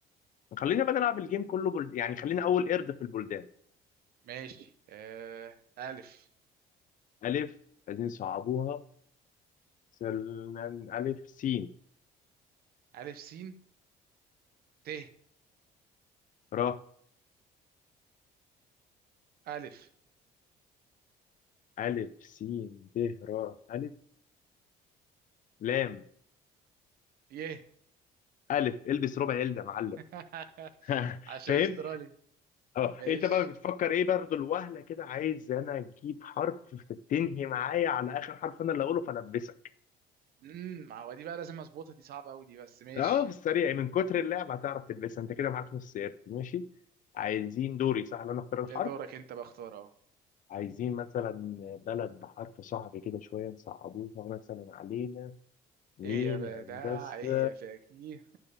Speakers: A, on the left; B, on the right.
A: خلينا بقى نلعب الجيم كله بل... يعني خلينا اول قرد في البلدان
B: ماشي آه الف
A: الف عايزين صعبوها سلمان الف سين
B: الف سين ت
A: را
B: ألف
A: الف سين ب را الف لام
B: يه
A: الف البس ربع ال ده يا معلم
B: <laughs>
A: <laughs>
B: عشان
A: فهمت
B: أسترالي
A: اه
B: ماشي
A: انت بقى بتفكر ايه برضه الوهله كده عايز انا اجيب حرف تنهي معايا على اخر حرف انا اللي اقوله فالبسك
B: امم ما هو دي بقى لازم أظبطها دي صعبة أوي دي بس ماشي
A: اه في السريع من كتر اللعب هتعرف تلبسها انت كده معاك نص قرد ماشي عايزين دوري صح اللي انا اختار الحرف
B: ده دورك أنت بقى اختار أهو
A: عايزين مثلا بلد بحرف صعب كده شويه نصعبوها مثلا علينا مين
B: إيه يا بدع
A: يا هندسه
B: إيه يا فاكيه